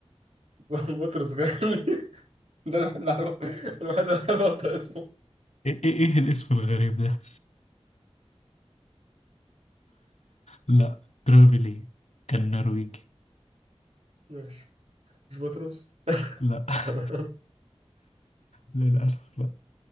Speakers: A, on the right (about 80°); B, on the left (about 90°).
A: <laughs> بطرس غالي ده الوحيد اللي عارف الوحيد اللي عارف انت اسمه
B: ايه ايه إيه الاسم الغريب ده؟ لا تريغ فيلي كان نرويجي
A: ماشي مش بطرس
B: لا <laughs>
A: <laughs>
B: للأسف لا